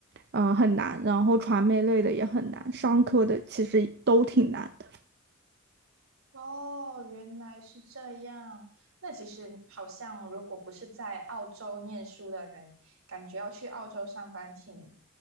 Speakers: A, on the right; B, on the right.
A: 呃，很难，然后传媒类的也很难，商科的其实都挺难的，
B: 哦，原来是这样。那其实好像，如果不是在澳洲念书的人，感觉要去澳洲上班挺